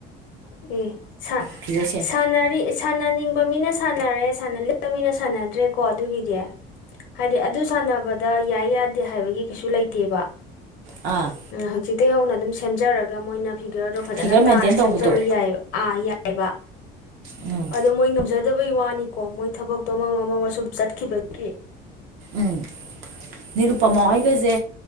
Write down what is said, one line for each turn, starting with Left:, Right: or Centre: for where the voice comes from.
Left: ꯎ ꯁꯥ
Right: ꯐꯤꯒꯔꯁꯦ
Left: ꯁꯥꯅꯔꯤ ꯁꯥꯟꯅꯅꯤꯡꯕ ꯃꯤꯅ ꯁꯥꯟꯅꯔꯦ ꯁꯥꯅꯅꯤꯡꯗꯕ ꯃꯤꯅ ꯁꯥꯅꯗ꯭ꯔꯦꯀꯣ ꯑꯗꯨꯒꯤꯗꯤ ꯍꯥꯏꯗꯤ ꯑꯗꯨ ꯁꯥꯟꯅꯕꯗ ꯌꯥꯏ ꯌꯥꯗꯦ ꯌꯥꯗꯦ ꯍꯥꯏꯕꯒꯤ ꯀꯩꯁꯨ ꯂꯩꯇꯦꯕ
Right: ꯑꯥ
Left: ꯍꯧꯖꯤꯛꯇ ꯍꯧꯅ ꯑꯗꯨꯝ ꯁꯦꯝꯖꯔꯒ ꯃꯣꯏꯅ ꯐꯤꯒꯔꯗꯣ ꯐꯖꯅ
Right: ꯐꯤꯒꯔ ꯃꯦꯟꯇꯦꯟ
Left: ꯇꯥꯅ
Right: ꯇꯧꯕꯗꯣ
Left: ꯁꯦꯝꯖꯕ ꯌꯥꯏ ꯑꯥ ꯌꯥꯏꯕ
Right: ꯎꯝ
Left: ꯑꯗꯣ ꯃꯣꯏ ꯉꯝꯖꯗꯕꯩ ꯋꯥꯅꯤꯀꯣ ꯃꯣꯏ ꯊꯕꯛꯇꯣ ꯑꯃꯃ ꯑꯃ ꯁꯨꯝ ꯆꯠꯈꯤꯕꯒꯤ
Right: ꯎꯝ ꯅꯤꯔꯨꯄꯃ ꯑꯣꯏꯒꯁꯦ